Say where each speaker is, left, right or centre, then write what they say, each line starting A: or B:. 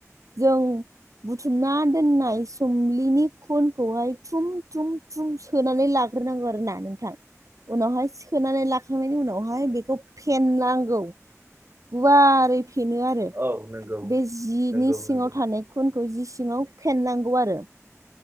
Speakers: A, on the right; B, on the right.
A: जों बुथुमना दोननाय सोमलिनि खुनखौहाय थुम थुम। थुम सोनानै लाग्रोनांगौ आरो ना नोंथां उनावहाय सोनानै नायनि उनावहाय बेखौ फेननांगौ गुवारै। फेनो आरो
B: औ नंगौ
A: बे जिनि
B: नंगौ
A: सिङाव
B: नंगौ
A: थानाय खुनखौ जि सिङाव फेनांगौ आरो।